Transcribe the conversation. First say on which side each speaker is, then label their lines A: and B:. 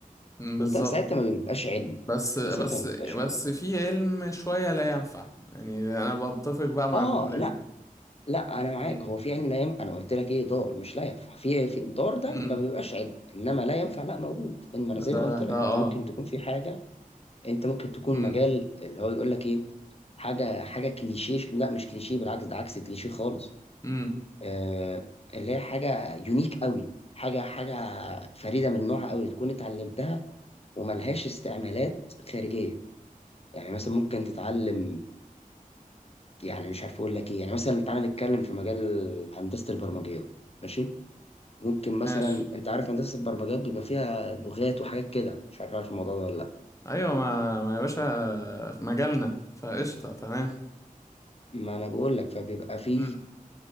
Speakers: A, on the left; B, on the left.
A: أمم، بالظبط
B: وده ساعتها ما بيبقاش علمي
A: بس بس
B: ده ساعتها ما بيبقاش
A: بس
B: علمي
A: في علم شوية لا ينفع يعني انا بتفق بقى مع
B: اه
A: الجملة
B: لا
A: دي
B: لا انا معاك
A: امم
B: هو في علم لا ينفع انا قلت لك ايه دار مش لا ينفع في إيه؟ في الدار ده
A: امم
B: ما بيبقاش علم انما لا ينفع لا موجود انما انا زي
A: ده
B: ما قلت لك
A: ده
B: انت ممكن
A: اه
B: تكون في حاجه انت ممكن تكون
A: امم
B: مجال اللي هو يقول لك ايه حاجه حاجه كليشيه لا مش كليشيه بالعكس ده عكس كليشيه خالص
A: امم
B: آه اللي هي حاجه يونيك قوي حاجه حاجه فريده من نوعها قوي تكون اتعلمتها وملهاش استعمالات خارجية يعني مثلا ممكن تتعلم يعني مش عارف اقول لك ايه يعني مثلا تعالى نتكلم في مجال هندسة البرمجيات ماشي ممكن
A: ماشي
B: مثلا انت عارف هندسة البرمجيات بيبقى فيها لغات وحاجات كده مش عارف عارف الموضوع ده ولا لا
A: ايوه ما ما يا باشا في مجالنا فقشطه تمام
B: ما انا بقول لك فبيبقى في
A: مم.